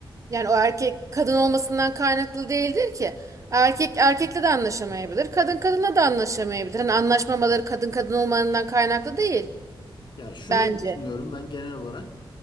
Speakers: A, on the right; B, on the left.
A: Yani o erkek kadın olmasından kaynaklı değildir ki. Erkek erkekle de anlaşamayabilir. Kadın kadınla da anlaşamayabilir. Hani anlaşmamaları kadın kadın olmanından kaynaklı değil
B: Ya şöyle
A: bence.
B: düşünüyorum ben genel olarak